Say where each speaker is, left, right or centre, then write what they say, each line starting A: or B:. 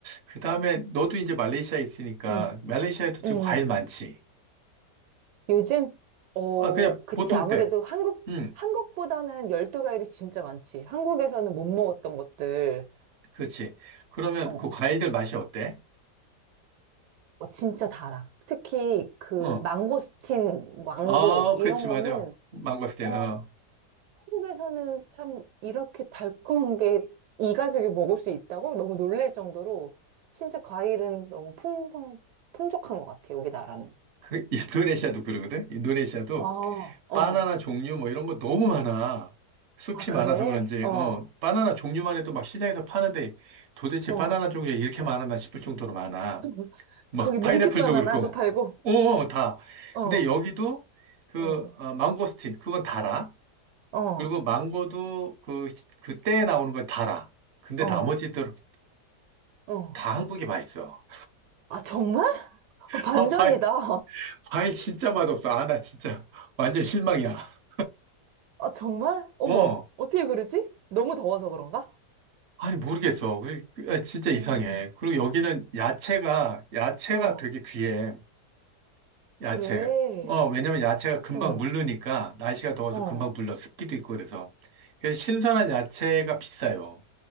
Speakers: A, on the right (about 60°); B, on the right (about 80°).
A: 그 다음에 너도 이제 말레이시아에 있으니까,
B: 음,
A: 말레이시아에도 지금
B: 음,
A: 과일 많지.
B: 요즘, 어,
A: 아, 그냥
B: 그치,
A: 보통
B: 아무래도
A: 때.
B: 한국,
A: 응,
B: 한국보다는 열대과일이 진짜 많지. 한국에서는 못 먹었던 것들,
A: 그렇지. 그러면
B: 어,
A: 그 과일들 맛이 어때?
B: 어, 진짜 달아. 특히 그
A: 어,
B: 망고스틴, 망고,
A: 어,
B: 이런
A: 그렇지, 맞아.
B: 거는
A: 망고스틴,
B: 어,
A: 어.
B: 한국에서는 참 이렇게 달콤한 게 이 가격에 먹을 수 있다고 너무 놀랄 정도로 진짜 과일은 너무 풍성, 풍족한 것 같아, 여기 나라는.
A: 그, 인도네시아도 그러거든? 인도네시아도
B: 아, 어.
A: 바나나 종류 뭐 이런 거 너무 많아. 숲이
B: 아, 그래?
A: 많아서 그런지,
B: 어,
A: 어, 바나나 종류만 해도 막 시장에서 파는데 도대체
B: 어.
A: 바나나 종류가 이렇게 많았나 싶을 정도로 많아.
B: <laughs>
A: 막
B: 거기 몽키
A: 파인애플도
B: 바나나도
A: 그렇고,
B: 팔고,
A: 어, 다.
B: 어,
A: 근데 여기도 그,
B: 어,
A: 어, 망고스틴, 그건 달아.
B: 어,
A: 그리고 망고도 그, 그때 나오는 건 달아. 근데
B: 어,
A: 나머지들은
B: 어.
A: 다 한국이 맛있어.
B: 아, 정말? 아,
A: <laughs>
B: 반전이다.
A: 아, 과일, 과일 진짜 맛없어. 아, 나 진짜 완전 실망이야.
B: 아, 정말? 어머,
A: 어.
B: 어떻게 그러지? 너무 더워서 그런가?
A: 아니, 모르겠어. 그- 그- 아, 진짜 이상해.
B: 음,
A: 그리고 여기는 야채가, 야채가
B: 어,
A: 되게 귀해.
B: 그래.
A: 야채. 어, 왜냐면 야채가 금방
B: 어,
A: 물르니까, 날씨가 더워서
B: 어.
A: 금방 물러. 습기도 있고 그래서. 그래서 신선한 야채가 비싸요.